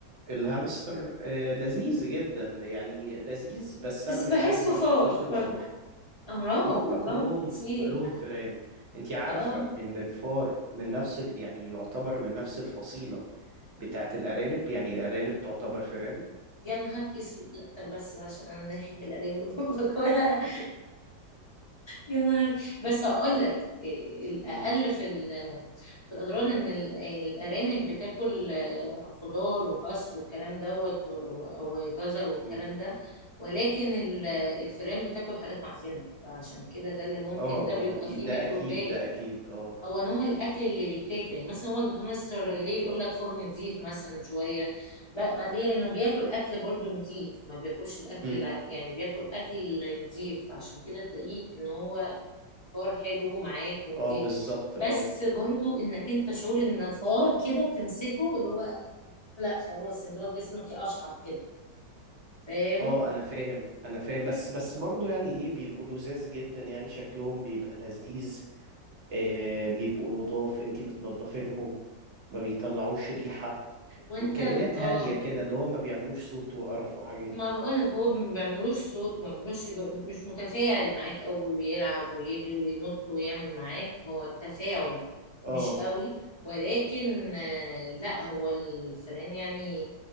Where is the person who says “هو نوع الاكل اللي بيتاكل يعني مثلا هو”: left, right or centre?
Left